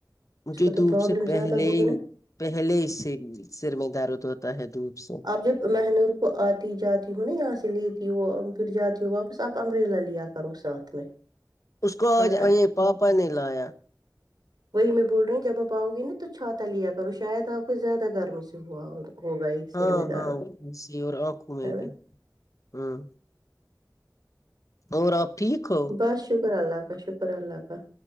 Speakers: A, on the left (about 45°); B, on the right (about 65°).
A: مجھے
B: اس کو تو
A: دھوپ
B: پرابلم
A: سے پہلے
B: زیادہ ہوگی نا
A: پہلے اس سے سر میں دارد ہوتا ہے دھوپ سے
B: آپ جب مہنور وہ آتی جاتی ہو نا یہاں سے لیتی ہو پھر جاتی ہو واپس آپ امبریلا لیا کرو ساتھ میں
A: اس کو
B: چھاتا
A: آج اے پاپا نے لایا
B: وہی میں بول رہی ہوں جب آپ آؤ گی نا تو چھاتا لیا کرو شاید آپ کو زیادہ گرمی سے ہوا ہوگا یہ
A: ہاں
B: سر میں درد
A: ہاں اسی اور آنکھوں میں
B: ہے نا
A: بھی ہاں اور آپ ٹھیک ہو
B: بس شکر اللہ کا شکر اللہ کا